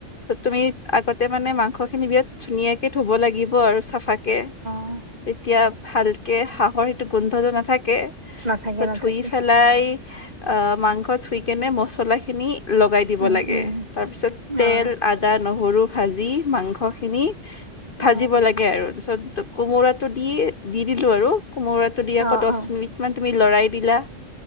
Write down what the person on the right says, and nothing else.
অ
নাথাকে নাথাকে।
উম
উম।
অ',
অ',
অ',
অ',